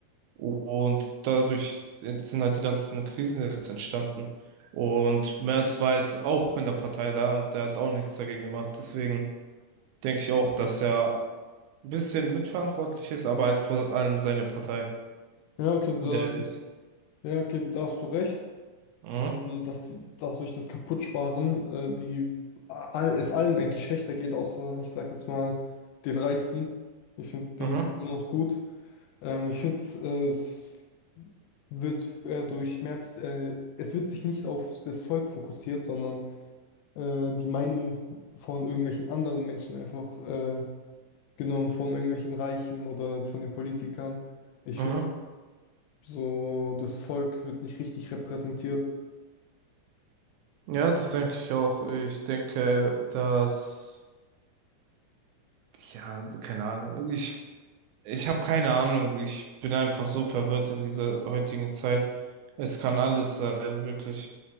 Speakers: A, on the right (about 80°); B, on the left (about 75°).
A: Und dadurch sind halt die ganzen Krisen jetzt entstanden. Und Merz war halt auch in der Partei da und der hat auch nichts dagegen gemacht. Deswegen denke ich auch, dass er ein bisschen mitverantwortlich ist, aber halt vor allem seine Partei,
B: Ja, okay, da,
A: in der er ist.
B: ja, okay, da hast du recht.
A: Mhm.
B: ähm, dass, dass durch das Kaputtsparen äh, die all, es allen eigentlich schlechter geht, außer ich sag jetzt mal den Reichsten. Ich finde den
A: Mhm.
B: geht's immer noch gut. Ähm, ich finde äh, es wird äh, durch Merz, äh, es wird sich nicht auf das Volk fokussiert, sondern äh, die Meinung von irgendwelchen anderen Menschen einfach äh, genommen, von irgendwelchen Reichen oder von den Politikern. Ich
A: Mhm.
B: finde so, das Volk wird nicht richtig repräsentiert.
A: Ja, das denke ich auch. Ich denke, dass, ja, keine Ahnung. Ich Ich habe keine Ahnung. Ich bin einfach so verwirrt in dieser heutigen Zeit. Es kann alles sein, wirklich.